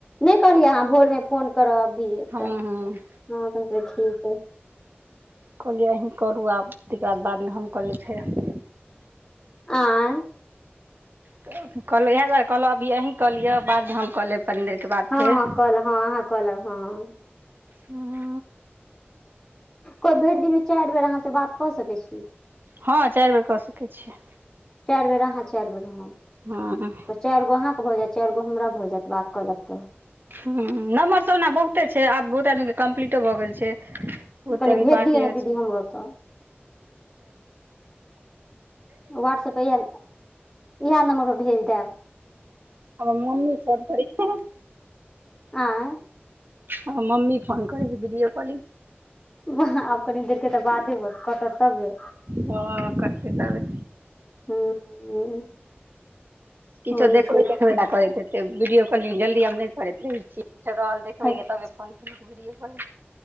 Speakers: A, on the left; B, on the right.
A: नहि कहलियै अहाँ भोरमे फोन करब, अभी
B: हँ, ह।
A: तऽ हँ, तखन तऽ ठीक ऐ।
B: कहलियै अहीँ करू आब, तेकर बाद, बादमे हम कहलेब फेर।
A: आई।
B: तऽ कहलहुँ इएह दुआरे, कहलहुँ अभी अही कऽ लिअ, बाद हम कऽ लेब, कनी देरके बाद
A: हँ
B: फेर।
A: हँ कहलौं हँ अहाँ कहलौं हँ
B: हँ।
A: कोइ भरि दिनमे, अहा से चारि बेर अहाँसँ बात कऽ सकैत छी?
B: हँ, चारि बेर कऽ सकैत छीयै।
A: चारि बेर अहाँ, चारि बेर हम,
B: हँ
A: तऽ चारि गो अहाँ के भ जैत। चारि गो हमरा भऽ जायत, बात कऽ लेब तऽ।
B: हुँ, नम्हरसभ ओना बहुते छै, आब बहुते आदमीके कम्प्लीटो भऽ गेल छै। बहुते
A: कनि
B: अभी
A: भेज
B: बाकीयो
A: दिअ ने दीदी
B: छै।
A: हमरो तऽ वहाट्सएप इएह इएह नम्बरपर भेज देब।
B: हमर मम्मी फोन करै छलै।
A: आँय
B: हमर मम्मी फोन करै छै, वीडियो कॉलिंग।
A: वा! आब कनि देरके तऽ बादे होयत कटत तबे।
B: हँ कटतै तबे
A: <unintelligible>
B: किछो
A: होइ
B: देखबै
A: छै
B: -तेखबै ल करैत हेतै। त वीडियोकाँलिंग जल्दी हम नहि करैत रहे छीये, कुछ रहल देख देखबै
A: अच्छा
B: क, तबे फोन केलहुक वीडियो कॉल।